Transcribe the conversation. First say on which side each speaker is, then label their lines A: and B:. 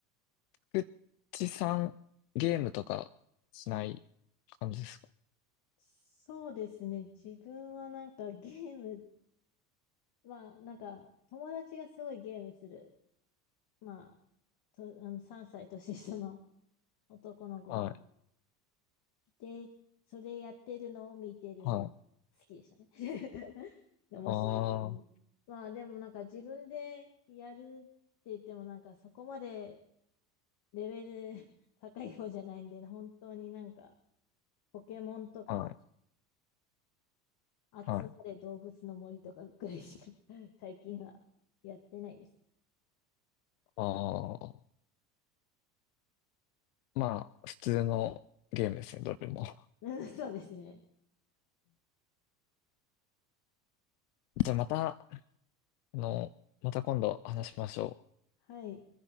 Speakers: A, on the left; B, on the left.
A: くっちさん、ゲームとかしない感じですか
B: そうですね。自分はなんかゲーム、<laughs> まあなんか友達がすごいゲームする、まあ、と、あの3歳年下の男の子が
A: はい。
B: いて、それやってるのを見てるのが好
A: はい。
B: きでしたね。<laughs> で面白いっていうの。
A: ああ
B: まあでもなんか自分でやるって言ってもなんかそこまでレベル <laughs> 高い方じゃないんで、本当になんかポケモンとか
A: ー、はい。
B: 集まれ動物の森とかぐらいしか
A: はい。
B: <laughs> 最近はやってないです。
A: ああ。まあ、普通のゲームですね、どれも。
B: <laughs> そうですね。
A: じゃあまた、あの、また今度話しましょう。
B: はい。